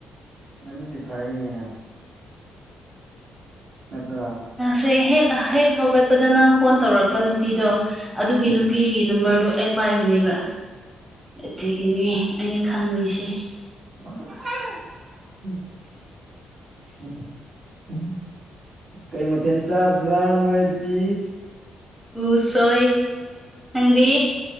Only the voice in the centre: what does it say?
ꯁꯦ ꯍꯦꯛ ꯍꯦꯛ ꯍꯧꯒꯠꯄꯗ ꯅꯪ ꯐꯣꯟ ꯇꯧꯔꯛꯄ ꯅꯨꯄꯤꯗꯣ ꯑꯗꯨꯒꯤ
ꯅꯨꯄꯤꯒꯤ ꯅꯝꯕꯔꯗꯣ ꯑꯩ ꯄꯥꯏꯕꯅꯦꯕ ꯑꯗꯒꯤꯅꯤ ꯑꯩꯅ ꯈꯪꯔꯤꯁꯦ
ꯎꯁꯣꯏ ꯅꯪꯗꯤ